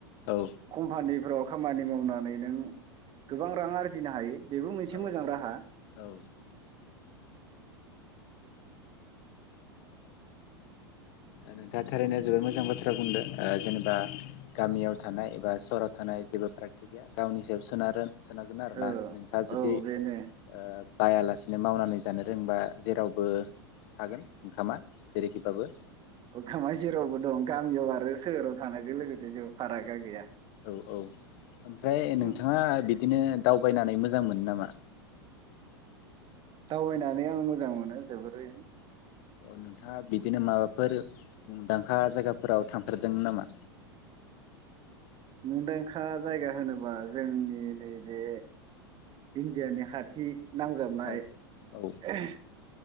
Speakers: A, on the left; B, on the right.
A: औ
B: कम्फानि फोराव खामानि मावनानै नों गोबां रां आरजिनो हायो बेबो मोनसे
A: औ
B: मोजां राहा।
A: औ ओ नोंथाङा थारैनो जोबोद मोजां बाथ्रा बुंदों जेनेबा गामियाव थानाय एबा सहराव थानाय जेबो फारागथि गैया गावनि सायाव सोनारो। सानांगोन आरोना
B: ओ
A: नोंथाङा जुदि
B: औ
A: ओ
B: बेनो
A: बायालासेनो मावनानै जानो रोंबा जेरावबो थागोन ओंखामा जेरैखिबाबो
B: अखोमा जेरावबो दं गामियाव आरो सोहोर राव थानायजों लोगोसे जेबो फारागा गैया।
A: औ औ ओमफ्राय
B: उम
A: नोंथाङा बिदिनो दावबायनानै मोजां मोनो नामा?
B: दावबायनानै आं मोजां मोनो जोबोरैनो।
A: नोंथाङा बिदिनो माबाफोर मुंदांखा जायगाफोराव थांफेरदोंमोन नामा?
B: मुंदांखा जायगा होनोबा जोंनि नैबे इण्डियानि खाथि नांजाबनाय
A: औ औ
B: <unintelligible>